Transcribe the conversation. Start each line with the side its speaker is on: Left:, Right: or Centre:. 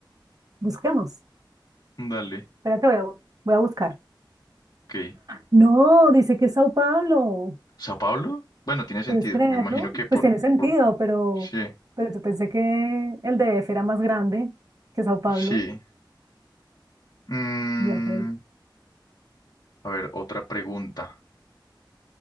Right: Busquemos.
Left: dale,
Right: Espérate, voy a, bu- voy a buscar.
Left: ok.
Right: No, dice que es Sao Paulo.
Left: ¿Sao Paulo? Bueno, tiene sentido,
Right: ¿Puedes creerlo?
Left: me imagino que por,
Right: Pues tiene sentido,
Left: por...
Right: pero,
Left: Sí,
Right: pero yo pensé que el DF era más grande que Sao Paulo.
Left: sí. Mm,
Right: Ya pues.
Left: a ver, otra pregunta.